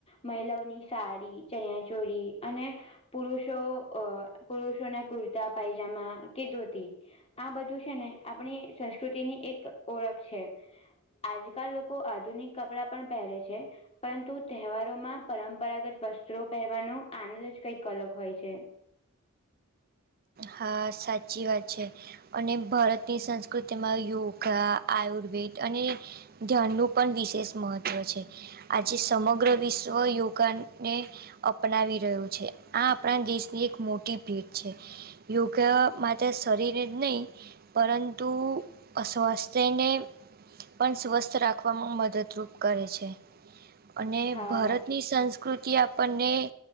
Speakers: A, on the left; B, on the right.
A: મહિલાઓની સાડી ચણીય ચોળી અને. પુરુષો અ પુરુષોના કુર્તા પાયજામા કે ધોતી આ બધું છે ને આપણી સંસ્કૃતિની એક ઓળખ છે. આજકાલ લોકો આધુનિક કપડાં પણ પહેરે છે. પરંતુ તહેવારોમાં પરંપરાગત વસ્ત્રો પહેરવાનો આનંદ જ કંઈક અલગ હોય છે.
B: હા સાચી વાત છે. અને ભરતની સંસ્કૃતિમાં યોગા આયુર્વેદ અને. ધ્યાનનું પણ વિશેષ મહત્વ છે. આજે સમગ્ર વિશ્વ યોગાન ડે. અપનાવી રહ્યું છે આ આપણા દેશની એક મોટી ભેટ છે. યોગા માટે શરીરે જ નહીં. પરંતુ સ્વાસ્થ્યને. પણ સ્વસ્થ રાખવામાં મદદરૂપ કરે છે. અને
A: હા
B: ભારતની સંસ કૃતિ આપણને